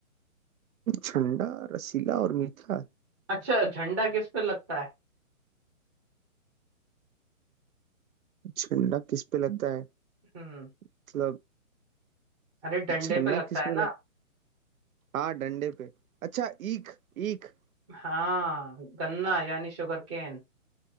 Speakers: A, on the right; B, on the right.
A: झंडा रसीला और मीठा
B: अच्छा झंडा किस पे लगता है
A: झंडा किस पे लगता है
B: हम्म
A: मतलब
B: अरे डंडे
A: झंडा
B: पे लगता
A: किस
B: है
A: में
B: ना
A: लग हाँ डंडे पे अच्छा ईख ईख
B: हाँ गन्ना यानी शुगर केन